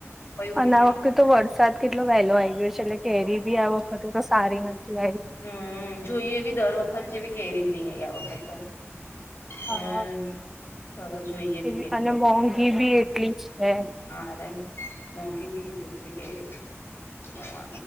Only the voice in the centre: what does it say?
અને
આ વખતે તો વરસાદ કેટલો વહેલો આવી ગયો છે એટલે કેરી બી આ વખતે તો સારી નથીતી લરી
હા
એવી
અને
મોંઘી બી એટલી છે એ